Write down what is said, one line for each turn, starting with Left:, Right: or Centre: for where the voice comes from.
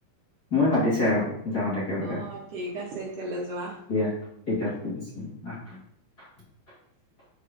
Left: ময় মাতিছে আৰু যাওঁ তাকে বলে
Right: অঁ ঠিক আছে তেতিয়াহ'লে যোৱা
Left: দিয়া ঠিক আ আহ। <unintelligible>